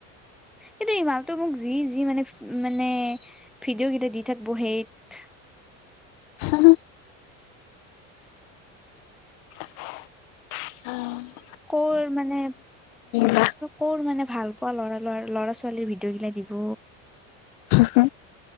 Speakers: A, in the centre; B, on the left.
A: সেইটো মানুহটোৱে মোক যি যি মানে মানে ভিডিঅ' কেইটা দি থাকিব সেইত।
B: হমহো উ <unintelligible>
A: কৰ মানে
B: বা
A: কৰ মানে ভাল পোৱাৰ ল'ৰা ছোৱালীৰ ভিডিঅ' গিলা দিব।
B: <unintelligible>